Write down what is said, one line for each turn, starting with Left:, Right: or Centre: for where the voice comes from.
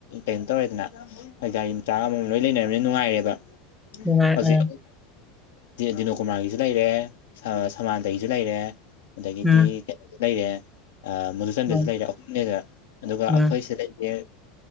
Left: ꯀꯩꯅꯣ ꯇꯧꯔꯦꯗꯅ ꯑꯩꯣꯏ ꯒꯥꯔꯤ ꯃꯆꯥꯒꯃꯝ ꯂꯣꯏ ꯂꯩꯅꯔꯕꯅꯤꯅ ꯅꯨꯡꯉꯥꯏꯔꯦꯕ
Centre: ꯅꯨꯡꯉꯥꯏ
Left: ꯍꯧꯖꯤꯛ
Centre: ꯑꯥ
Left: ꯗꯤꯅꯣꯀꯨꯃꯥꯔꯒꯤꯁꯨ ꯂꯩꯔꯦ ꯁꯃꯥꯟꯇꯒꯤꯁꯨ ꯂꯩꯔꯦ ꯑꯗꯒꯤꯗꯤ
Centre: ꯎꯝ
Left: ꯀꯩꯅꯣꯁꯨ ꯂꯩꯔꯦ ꯃꯨꯗꯨꯨꯆꯟꯗꯁꯨ
Centre: ꯎꯝ
Left: ꯂꯩꯔꯦ ꯑꯍꯨꯝꯅꯦꯗ ꯑꯗꯨꯒ
Centre: ꯎꯝ
Left: ꯑꯩꯈꯣꯏ ꯁꯤꯗ ꯂꯩꯔꯤꯦ